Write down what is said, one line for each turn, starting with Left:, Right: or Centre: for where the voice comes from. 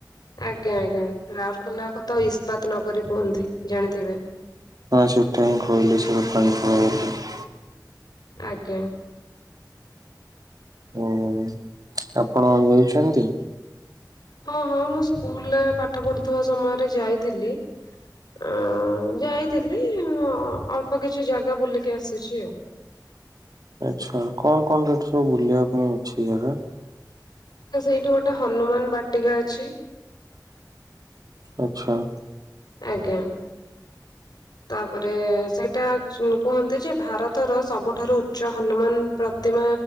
Left: ଆଜ୍ଞା ଆଜ୍ଞା ରାଉରକେଲା କୁ ତ ଇସ୍ପାତ ନଗରୀ କୁହନ୍ତି ଜାଣିଥିବେ।
Right: ହଁ ସେଟା ମୁଁ କହିଲି ସେ ପାଣି <unintelligible>
Left: ଆଜ୍ଞା।
Right: ଉଁ ହୁଁ ଆପଣ ଯାଇଛନ୍ତି।
Left: ହଁ ହଁ ମୁଁ ସ୍କୁଲରେ ପାଠ ପଢୁଥିବା ସମୟରେ ଯାଇଥିଲି। ଅ ଯାଇଥିଲି ଅଁ ଅଳ୍ପ କିଛି ଜାଗା ବୁଲିକି ଆସିଛି ଆଉ।
Right: ଆଚ୍ଛା। କଣ କଣ ସେଠି ସବୁ ବୁଲିବା ପାଇଁ ଅଛି ଜାଗା?
Left: ତ ସେଇଠି ଗୋଟେ ହନୁମାନ ବାଟିକା ଅଛି।
Right: ଆଚ୍ଛା।
Left: ଆଜ୍ଞା। ତାପରେ ସେଇଟା ଉଁ କୁହନ୍ତି ଯେ ଭାରତର ସବୁଠାରୁ ଉଚ୍ଚ ହନୁମାନ। ପ୍ରତିମା